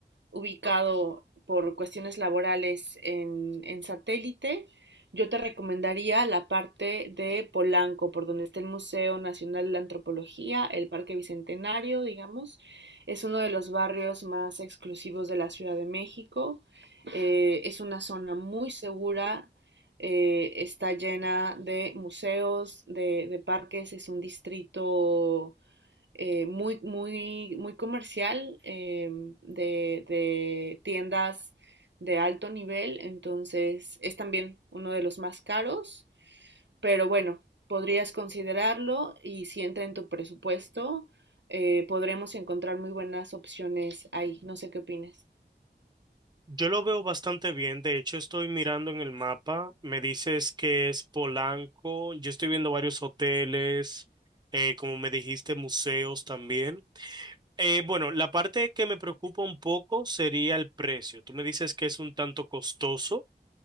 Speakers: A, on the right; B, on the right.
A: ubicado por cuestiones laborales en, en satélite, yo te recomendaría la parte de Polanco, por donde está el Museo Nacional de Antropología, el Parque Bicentenario, digamos. Es uno de los barrios más exclusivos de la Ciudad de México. Eh, es una zona muy segura, eh, está llena de museos, de, de parques, es un distrito eh, muy, muy, muy comercial em, de, de tiendas de alto nivel, entonces es también uno de los más caros, pero bueno, podrías considerarlo y si entra en tu presupuesto, eh, podremos encontrar muy buenas opciones ahí. No sé qué opinas
B: Yo lo veo bastante bien. De hecho, estoy mirando en el mapa. Me dices que es Polanco. Yo estoy viendo varios hoteles. eh, como me dijiste, museos también. Eh, bueno, la parte que me preocupa un poco sería el precio. Tú me dices que es un tanto costoso.